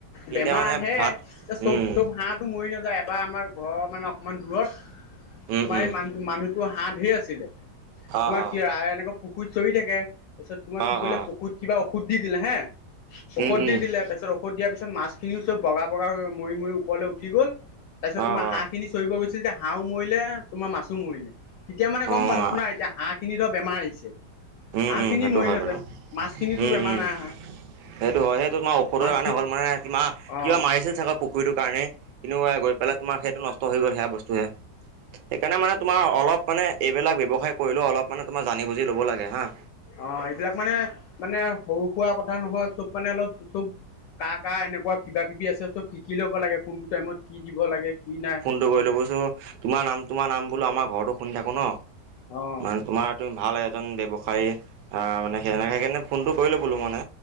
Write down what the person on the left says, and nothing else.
বেমাৰ
আহে
এ, চব
চব- হাঁহটো মৰি নাযায়, বা আমাৰ ঘৰৰ মানে অকমান দূৰত
তোমাৰ
এই মা- মানুহটো হাঁহ ধেৰ আছিলে,
তোমাৰ
কি এনেকুৱা পুখুৰীত চৰি থাকে- তাৰপিছত তোমাক
কি কৰিলে
পুখুৰীত কিবা ঔষধ দি দিলে হেঁ, ঔষধ
দি দিলে- তাৰ পিছত ঔষধ দিয়া পিছত মাছ খিনিও চব বগা বগা হৈ মৰি মৰি ওপৰলে উঠি গ'ল, তাৰ পিছত
তোমা হাঁহ
খিনি- চৰিব গৈছিল যে হাঁহও মৰিলে তোমাৰ মাছো মৰিলে, তেতিয়া মানে গম
পালো শুনা- এতিয়া হাঁহখিনি ধৰ বেমাৰ আহিছে
হাঁহখিনি
মৰিলহেঁতেন,
মাছখিনিতো
বেমাৰ
নাই আহা।
মাছখিনি
অ
অঁ, এইবিলাক মানে, মানে সৰু সুৰা কথা নহয় চব মানে অলপ চব- কাৰ কাৰ এনেকুৱা কিবা কিবি আছে চব শিকি ল'ব লাগে কোনটো টাইমত কি দিব লাগে কি নাই।
অ
অ